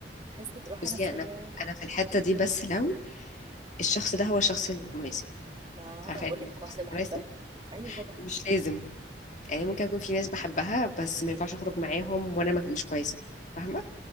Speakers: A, on the right; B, on the left.
A: أحس براحة
B: بصي
A: نفسية
B: انا انا في الحته دي بس لو الشخص ده هو الشخص المناسب
A: ما
B: عارفه
A: أنا بقول
B: يعني إيه
A: لك
B: الشخص
A: واحدة
B: المناسب
A: بحبها أيوة طبعا
B: مش لازم يعني ممكن يكون في ناس بحبها بس ما ينفعش اخرج معاهم وانا ما- مش كويسه فاهمه